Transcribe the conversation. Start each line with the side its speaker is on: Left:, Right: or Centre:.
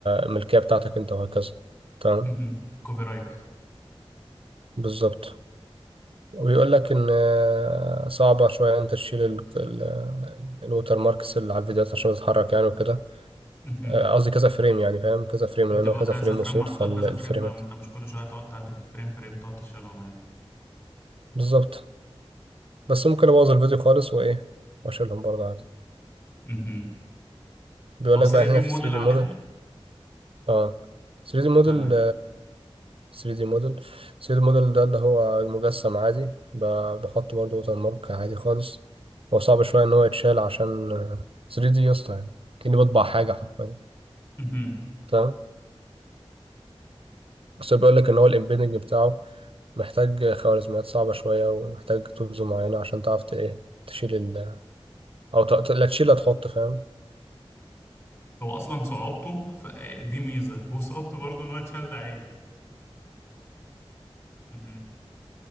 Right: الملكية بتاعتك انت وهكذا تمام
Left: مهم. كوبي رايت
Right: بالظبط وبيقول لك ان آه، صعبة شوية انت تشيل ال- ال- الوتر ماركس اللي على الفيديوهات عشان تتحرك يعني وكده
Left: مهم.
Right: آه، قصدي كذا فريم يعني فاهم كذا فريم
Left: بتبقى
Right: لانه كذا
Left: كذا
Right: فريم
Left: فريم
Right: وصوت
Left: محطوطه
Right: فالفريمات
Left: في كذا فريم فانت مش كل شويه هتقعد تعدي في فريم فريم تقعد تشيلهم يعني
Right: بالظبط بس ممكن ابوظ الفيديو خالص وايه واشيلهم برضه عادي
Left: مهم.
Right: بيقول
Left: هو
Right: لك
Left: 3
Right: بقى هنا
Left: دي موديل
Right: في 3D
Left: علينا
Right: موديل اه 3D موديل
Left: تمام
Right: 3D موديل 3D موديل ده اللي هو مجسم عادي ب- بحط برضه وتر مارك عادي خالص هو صعب شوية ان هو يتشال عشان آه، 3D يا اسطى يعني كأني بطبع حاجة حرفيا
Left: مهم.
Right: تمام بس هو بيقول لك ان هو الامبيدنج بتاعه محتاج خوارزميات صعبة شوية ومحتاج تولز معينة عشان تعرف ت- ايه تشيل ال او ت- ت- لا تشيل لا تحط فاهم
Left: هو اصلا صعوبته ف- دي ميزه وصعوبته برضه ان هو يتشال ده عيب مهم.